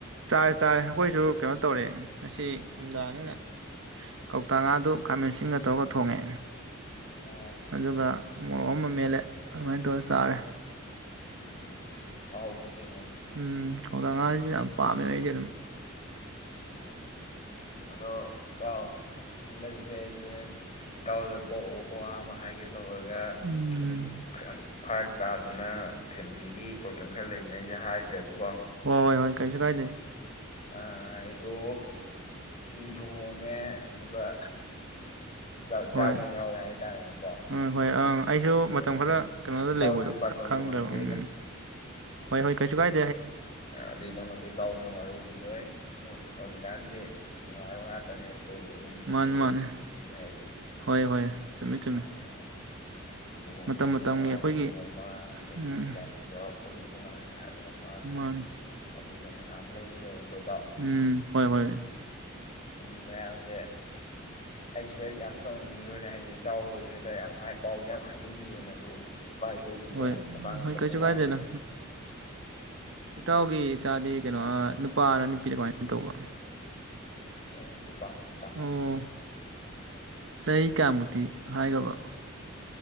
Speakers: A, on the right (about 65°); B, on the left (about 30°).
A: ꯆꯥꯔꯦ ꯆꯥꯔꯦ ꯑꯩꯈꯣꯏꯁꯨ ꯀꯩꯅꯣ ꯇꯧꯔꯦ ꯉꯁꯤ ꯅꯨꯃꯤꯗꯥꯡꯅꯤꯅ ꯀꯧꯇꯥꯉꯥ
B: ꯑꯥ
A: ꯗꯨ ꯈꯥꯃꯦꯟꯁꯤꯟꯒ ꯇꯧꯔꯒ ꯊꯣꯡꯉꯦ꯫
B: ꯑꯣ
A: ꯑꯗꯨꯒ ꯃꯣꯔꯣꯛ ꯑꯃ ꯃꯦꯠꯂꯦ ꯑꯗꯨꯃꯥꯏꯅ ꯇꯧꯔ ꯆꯥꯔꯦ
B: ꯎꯝ ꯍꯥꯎꯕꯅꯤ ꯀꯩꯅꯣ ꯑꯗꯨꯖꯨ
A: ꯎꯝ ꯀꯧꯇꯥ ꯉꯥꯖꯤꯖꯨ ꯌꯥꯝ ꯄꯥꯝꯃꯦ ꯑꯩꯗꯤ ꯑꯗꯨꯝ
B: ꯑ ꯑꯗꯣ ꯏꯇꯥꯎ ꯍꯟꯗꯛꯁꯦ ꯑꯩꯖꯦ ꯏꯇꯥꯎꯗ ꯄꯣꯛꯕ ꯄꯋꯥ ꯑꯃ ꯍꯥꯏꯒꯦ ꯇꯧꯔꯒ
A: ꯎꯝ
B: ꯑꯗꯨꯝ ꯈꯔꯪ ꯐꯔꯛ ꯇꯥꯗꯅ ꯐꯦꯃꯤꯂꯤꯒꯤ ꯄ꯭ꯔꯣꯕ꯭ꯂꯦꯝ ꯈꯔ ꯂꯩꯗꯅ ꯑꯩꯁꯦ ꯍꯥꯏꯗ꯭ꯔꯦꯕ
A: ꯍꯣꯏ ꯍꯣꯏ ꯍꯣꯏ ꯀꯩꯁꯨ ꯀꯥꯏꯗꯦ
B: ꯑꯩꯗꯣ ꯂꯨꯍꯣꯡꯉꯦ ꯑꯗꯨꯒ ꯗꯥ ꯏꯆꯥꯕꯣꯡ
A: ꯍꯣꯏ
B: ꯌꯥꯎꯔꯦ ꯍꯥꯏꯇꯥꯔꯦꯅꯦꯀꯣ
A: ꯎꯝ ꯍꯣꯏ ꯑꯪ ꯑꯩꯁꯨ
B: ꯑꯗꯣ
A: ꯃꯇꯝ ꯈꯔ ꯀꯩꯅꯣꯗ
B: ꯏꯇꯥꯎꯗꯗꯤ
A: ꯂꯩꯕꯗꯣ
B: ꯕꯥꯇꯣꯟ
A: ꯈꯪꯗ꯭ꯔꯕ
B: ꯌꯧꯍꯟꯕꯗꯤ
A: ꯎꯝ ꯍꯣꯏ ꯍꯣꯏ ꯀꯩꯥꯏ
B: ꯑꯗꯨꯒꯤꯗꯃꯛꯇ ꯏꯇꯥꯎꯅ ꯋꯥꯔꯧꯕꯤꯔꯣꯏ ꯑꯗꯣ ꯍꯧꯖꯤꯛ ꯀꯥꯟꯗꯤ ꯑꯁ ꯅꯨꯡꯉꯥꯏꯕ ꯉꯥꯛꯇꯅꯦ ꯊꯣꯛꯏꯕ ꯏꯃꯨꯡꯗ
A: ꯃꯥꯅꯤ
B: ꯊꯣꯛꯏꯕ
A: ꯃꯥꯅꯤ
B: ꯊꯧꯗꯣꯛꯁꯤꯡꯁꯦ ꯍꯥꯏꯗꯤ
A: ꯍꯣꯏ ꯍꯣꯏ ꯆꯨꯝꯃꯤ ꯆꯨꯝꯃꯤ
B: ꯑꯑ ꯂꯨꯍꯣꯡꯕꯒꯤ
A: ꯃꯇꯝ ꯃꯇꯝꯒꯤ
B: ꯅꯨꯡꯉꯥꯏꯕ
A: ꯑꯩꯈꯣꯏꯒꯤ
B: ꯍꯥꯏꯕ ꯑꯃ ꯑꯗꯒꯤ
A: ꯎꯝ
B: ꯏꯆꯥ ꯏꯁꯨ ꯌꯥꯎꯔꯛꯄꯒꯤ ꯅꯨꯡꯉꯥꯏꯕ ꯍꯥꯏꯕ ꯑꯃ
A: ꯃꯥꯅꯤ
B: ꯑꯗꯨꯝꯕ ꯃꯌꯥꯝ ꯂꯩꯈ꯭ꯔꯦꯕꯀꯣ ꯑꯩꯈꯣꯏ
A: ꯎꯝ ꯍꯣꯏ ꯍꯣꯏ
B: ꯁꯨꯝ ꯃꯌꯥꯝꯁꯦ ꯑꯁ ꯑꯩ ꯁꯤꯌꯔꯗꯤ ꯌꯥꯝ ꯇꯧꯅꯤꯡꯈꯤꯕꯅꯦ ꯍꯥꯏꯗꯤ ꯏꯇꯥꯎ ꯑꯣꯏꯒꯦꯗ ꯌꯥꯝ ꯍꯥꯏ ꯄꯥꯎꯗꯤ ꯌꯥꯝ ꯍꯥꯏꯅꯤꯡꯈꯤꯕꯅꯦ ꯑꯗꯨ ꯎꯄꯥꯏ ꯂꯩꯈꯤꯗ꯭ꯔꯦ
A: ꯍꯣꯏ
B: ꯍꯥꯏꯗꯤ
A: ꯎꯝ
B: ꯃꯇꯥꯡ
A: ꯍꯣꯏ
B: ꯃꯇꯝꯅ
A: ꯀꯩꯁꯨ
B: ꯌꯥꯈꯤꯗꯕ
A: ꯀꯥꯏꯗꯦꯗ ꯏꯇꯥꯎꯒꯤ ꯏꯆꯥꯗꯤ ꯀꯩꯅꯣ ꯅꯨꯄꯥꯔ ꯅꯨꯄꯤꯗ ꯀꯃꯥꯏꯅ ꯇꯧꯕ
B: ꯑꯦ ꯄꯅꯤꯗ
A: ꯑꯣ ꯆꯍꯤ ꯀꯌꯥꯃꯨꯛꯇꯤ ꯍꯥꯏꯈ꯭ꯔꯔꯕ